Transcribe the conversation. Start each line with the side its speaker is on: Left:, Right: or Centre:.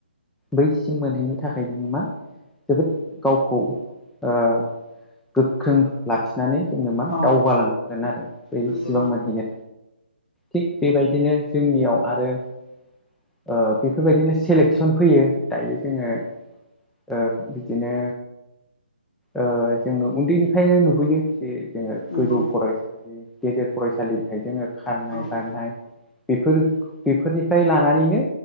Centre: बैसिम मोनहैनो थाखाय जोङो मा जोबोद गावखौ ओ गोख्रों लाखिनानै जोङो मा
Left: औ
Centre: दावगालांनांगोन आरो बै
Left: नंगौ
Centre: सिबां मोनहैनो। थिग बेबायदिनो जोंनियाव आरो ओ बेफोरबायदिनो सेलेक्सन फैयो दायो जोङो ओ बिदिनो ओ जोङो उन्दैनिफ्रायनो नुबोयो जे जोङो
Left: नंगौ
Centre: गोजौ फरायसालि गेजेर फरायसालिनिफ्राय जोङो खारनाय
Left: औ नंगौ
Centre: बारनाय बेफोर बेफोरनिफ्राय लानानैनो